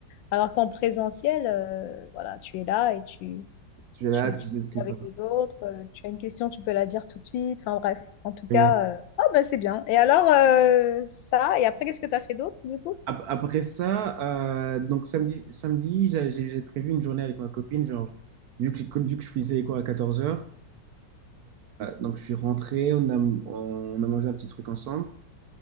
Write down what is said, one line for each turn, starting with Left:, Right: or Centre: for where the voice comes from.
Left: Alors qu'en présentiel, euh, voilà, tu es là et tu,
Right: Tu es
Left: tu,
Right: là, tu
Left: tu
Right: sais ce qu'il
Left: es avec
Right: faut
Left: les autres, euh, tu as une question, tu peux la dire tout de suite. Enfin bref, en tout cas,
Right: faire.
Left: euh, ah, bah, c'est bien. Et alors, euh, ça, et après, qu'est-ce que tu as fait d'autre du coup?
Right: Ap- Après ça, euh, donc samedi, samedi j'a- j'ai j'ai prévu une journée avec ma copine, genre, vu que, comme vu que je finissais les cours à 14h, donc je suis rentré, on a, on a mangé un petit truc ensemble,